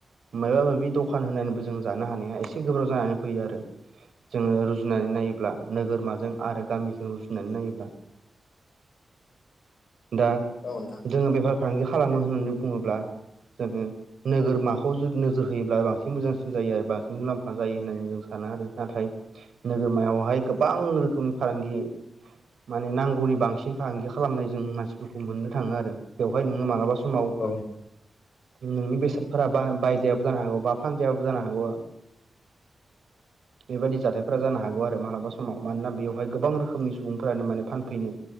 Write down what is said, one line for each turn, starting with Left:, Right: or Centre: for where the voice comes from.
Right: माबा माबि दखान होननानैबो जों जानो हानाया एसे गोब्राब जानानै फैयो आरो जोङो रुजुनानै नायोब्ला नोगोरमाजों आरो गामिजों रुजुनानै नायोब्ला दा
Left: औ नोंथां
Right: जोङो बेफार फालांगि खालामो होननानै बुङोब्ला जोङो नोगोरमाखौ जुदि नोजोर होयोब्ला बांसिन मोजांसि जायो आरो बांसिन मुलाम्फा जायो होननानै जों सानो आरो नाथाय नोगोरमायावहाय गोबां रोखोमनि फालांगि माने नांगौनि बांसिन फालांगि खालामनाय जों मानसिफोरखौ मोननो थाङो आरो बेवहाय नोङो मालाबा सम समाव
Left: औ
Right: नोंनि बेसादफोरा बायजायाबो जानो हागौ जानो हागौ बेबादि जाथायफोरा जानो हागौ आरो मालाबा सम समाव मानोना बेवहाय गोबां रोखोमनि सुबुंफोरानो माने फानफैनो